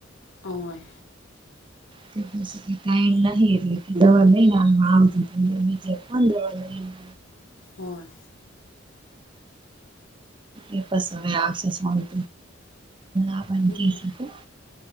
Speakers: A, on the left; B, on the right.
A: કોહયે.
B: તો પછથી ટાઈમ નહી એટલે કે દવા લઈને આવતીજ <unintelligible> પણ દવા લઈને.
A: થોય
B: એ બસ હવે આવશે <unintelligible> આપણને
A: હમ
B: કે છે તો.